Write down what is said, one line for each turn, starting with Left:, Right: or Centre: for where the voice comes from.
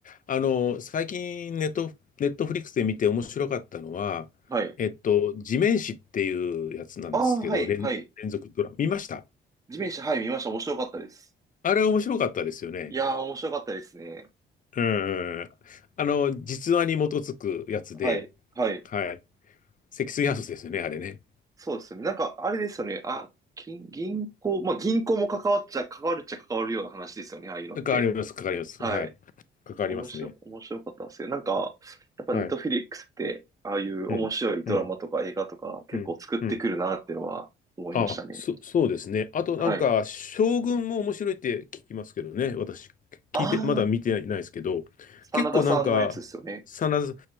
Left: あ、あの、最近ネット、ネットフリックスで見て面白かったのは、
Right: はい。
Left: えっと、地面師っていうやつなんですけど、
Right: ああ、はい、
Left: 連、
Right: はい。
Left: 連続ドラマ、見ました
Right: 地面師、はい、見ました。面白かったです。
Left: あれは面白かったですよね。
Right: いやー、面白かったですね。
Left: うん。あの、実話に基づくやつで、
Right: はい、はい。
Left: はい。積水ハウスですよね、あれね。
Right: そうですよね。なんか、あれですよね。あ、金銀行、まあ、銀行も関わっちゃ、関わるっちゃ関わるような話ですよね。ああいうのって。
Left: かかります、かかります。
Right: はい。
Left: はい。かかりますね。
Right: 面白、面白かったですよ。なんか、やっぱネットフィリックスって、
Left: はい。
Right: ああいう面白いドラマとか映画とか結構作ってくるなっていうのは思いましたね。
Left: うん。うん。うん。うん。あ、そ、そうですね。あとなんか、
Right: はい。
Left: 将軍も面白いって聞きますけどね。私、聞いて、
Right: ああ、
Left: まだ見てないですけど、
Right: 真田さんのやつですよね。
Left: 結構なんか、真田、